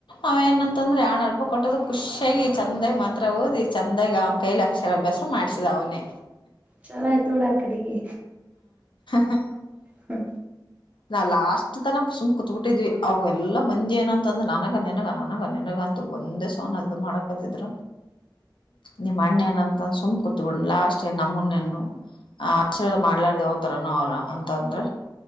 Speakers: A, on the left; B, on the right.
A: ಅವೇಏನಂತಂದ್ರ ಆ ಹೂಪ ಕೊಟ್ಟದ ಖುಷಿಯಾಗಿ ಚಂದಾಗಿ ಮಂತ್ರ ಓದಿ ಚಂದಾಗಿ ಅವ್ನ ಕೈಲಿ ಅಕ್ಷರ ಅಭ್ಯಾಸ ಮಾಡ್ಸಿದ ಅವನೇ
B: ಚಲ ಆಯ್ತು ಡ ಅ ಕಡೆಿಗೆ
A: ಹಾ
B: ಹ್ಮ
A: ನಾ ಲಾಸ್ಟ್ ತನ ಸುಮ್ ಕುೂತ್ಬಿಟ್ಟಿದ್ವಿ ಅವ ಎಲ್ಲ ಮಂದಿ ಏನಂತಂದ ನನಗ ನನಗ ನನಗ ನನ್ನಗ ಂತ ಒಂದೇ ಸನ ಅದು ಮಾಡಕತಿದ್ರ ನಿಮ್ಮ್ ಅಣ್ಣೇ ಏನಂತ ಸುಮ್ ಕುೂತ್ಬಿಡ ಲಾಸ್ ನಮ್ಮನ್ನೆನ್ನು ಆ ಆಶೀರ್ವಾದ ಮಾಡ್ಲಾರ್ದವತರನ ಅವ್ರ ಅಂತಂದ್ರ